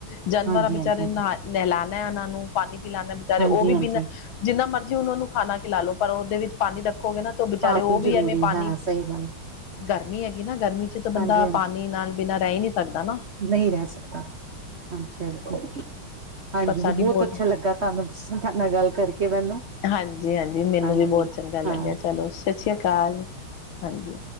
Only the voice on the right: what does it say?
ਹਾਂਜੀ
ਹਾਂਜੀ ਹਾਂਜੀ
ਹਾਂਜੀ
ਹਾਂਜੀ
ਪਾਣੀ
ਜ਼ਰੂਰੀ
ਹੈ ਸਹੀ ਗੱਲ
ਹਾਂਜੀ
ਨਈ ਰੈ ਸਕਦਾ ਹਾਂਜੀ-ਹਾਂਜੀ਼। ਹਾਂਜੀ
ਜੀ ਬੋਤ
ਅੱਛਾ ਲੱਗਾ ਤਾਨੂੰ ਸ ਤਾਡੇ ਨਾਲ ਗੱਲ ਕਰਕੇ ਮੈਨੂੰ,
ਹਾਂਜੀ।
ਹਾਂ